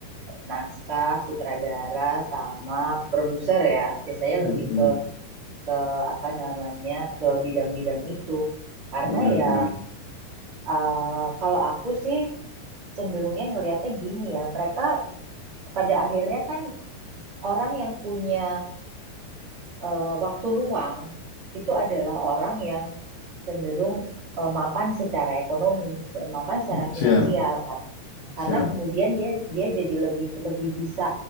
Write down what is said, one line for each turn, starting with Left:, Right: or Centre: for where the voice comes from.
Right: naskah, sutradara, sama produser ya. Biasanya
Left: Mm-mm.
Right: lebih ke ke apa namanya ke bidang-bidang itu. Karena
Left: Benar,
Right: ya
Left: benar.
Right: eh, kalau aku sih cenderungnya ngelihatnya gini ya, mereka pada akhirnya kan orang yang punya eh, waktu luang itu adalah orang yang cenderung eh, mapan secara ekonomi, mapan secara
Left: Siap,
Right: finansial kan.
Left: siap.
Right: Karena kemudian dia dia jadi lebih lebih bisa